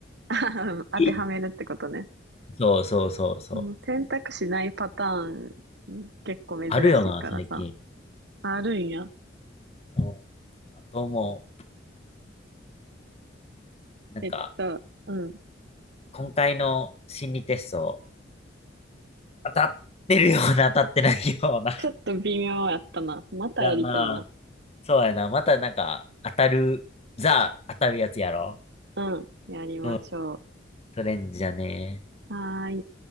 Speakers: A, on the right; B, on the left.
A: <laughs> 当てはめるってことね。
B: <laughs> そうそうそうそう。
A: あの選択肢ないパターン、結構珍しいからさ。
B: あるよな、最近。
A: あるんや。
B: うんあともう、なんか、
A: えっと、うん。
B: 今回の心理テスト、当たってるような、当たってないような。
A: ちょっと微妙やったな。またやりたいな。
B: やんな。そうやな。またなんか、当たる、ザ、当たるやつやろ。
A: うん。やりましょ
B: うん。それんじゃね
A: う。はーい。